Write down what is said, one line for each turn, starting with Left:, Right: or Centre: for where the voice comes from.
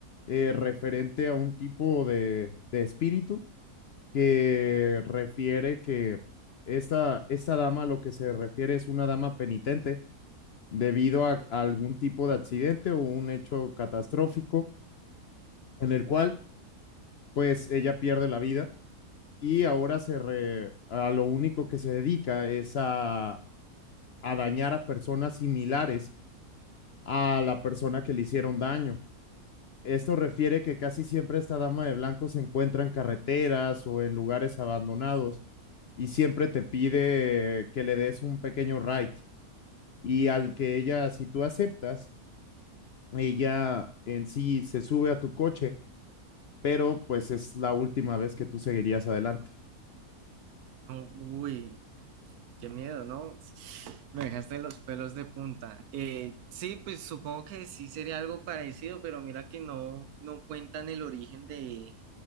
Left: eh, referente a un tipo de, de espíritu que refiere que esta, esta dama, lo que se refiere es una dama penitente debido a, a algún tipo de accidente o un hecho catastrófico en el cual pues ella pierde la vida y ahora se re- a lo único que se dedica es a, a dañar a personas similares a la persona que le hicieron daño. Esto refiere que casi siempre esta dama de blanco se encuentra en carreteras o en lugares abandonados y siempre te pide que le des un pequeño ride. Y al que ella, si tú aceptas, y ya en sí se sube a tu coche, pero pues es la última vez que tú seguirías adelante.
Right: No, uy, qué miedo, ¿no? Me dejaste los pelos de punta. Eh, sí, pues supongo que sí sería algo parecido, pero mira que no, no cuentan el origen de,